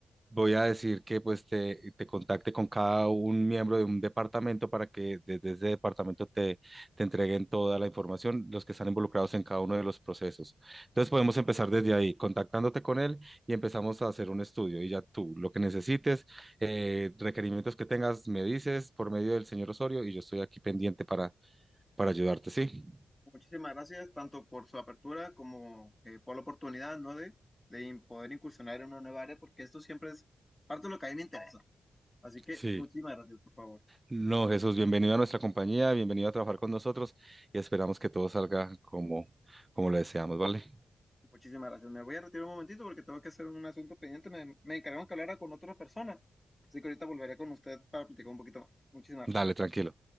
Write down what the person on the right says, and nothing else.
Voy a decir que pues te, te contacte con cada un miembro de un departamento para que desde ese departamento te, te entreguen toda la información, los que están involucrados en cada uno de los procesos. Entonces podemos empezar desde ahí, contactándote con él y empezamos a hacer un estudio. Y ya tú, lo que necesites, eh, requerimientos que tengas, me dices por medio del señor Osorio y yo estoy aquí pendiente para, para ayudarte, ¿sí?
Sí.
No, Jesús, bienvenido a nuestra compañía, bienvenido a trabajar con nosotros y esperamos que todo salga como, como lo deseamos, ¿vale?
Dale,
tranquilo.